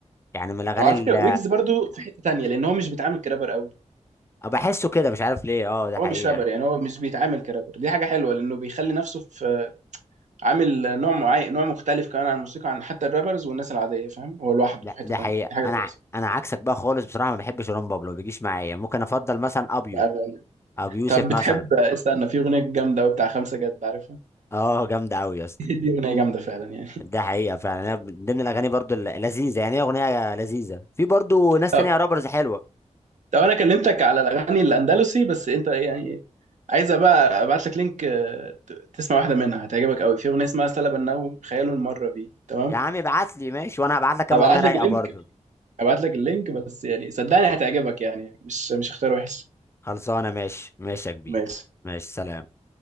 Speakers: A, on the left; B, on the right.
A: يعني من الاغاني
B: طب على
A: اللي
B: فكره ويجز برضو في حته تانية لان هو مش بيتعامل كرابر قوي
A: بحسه كده مش عارف ليه اه ده حقيقه
B: هو مش رابر يعني هو مش بيتعامل كرابر دي حاجه حلوه لانه بيخلي نفسه في عامل نوع معين نوع مختلف كمان عن الموسيقى عن حتى الرابرز والناس العاديه فاهم هو لوحده
A: لا
B: في حته
A: ده
B: تانية
A: حقيقه
B: دي حاجه
A: انا
B: كويسه
A: ع- انا عكسك بقى خالص بصراحه ما بحبش رام بابلو ما بيجيش معايا ممكن افضل مثلا ابيو
B: آه،
A: ابو يوسف
B: طب بتحب
A: مثلا
B: استنى في اغنيه جامده قوي بتاع خمسه جد عارفها
A: اه جامده قوي يا اسطى
B: <laughs> دي اغنيه جامده فعلا يعني
A: ده حقيقه فعلا أنا من ضمن الاغاني برضو اللذيذه يعني هي اغنيه لذيذه في برضو ناس
B: طب
A: تانية رابرز حلوه
B: طب انا كلمتك على الاغاني الاندلسي بس انت ايه يعني عايز بقى ابعت لك لينك آه، ت- تسمع واحده منها هتعجبك قوي في اغنيه اسمها سلب النوم خياله المره بي تمام
A: يا عم ابعت لي ماشي وانا هبعت لك كام
B: هبعت
A: اغنيه رايقه
B: لك اللينك
A: برضو
B: هبعت لك اللينك بس يعني صدقني هتعجبك يعني مش مش اختيار وحش
A: خلصانه ماشي ماشي يا كبير
B: ماشي
A: ماشي سلام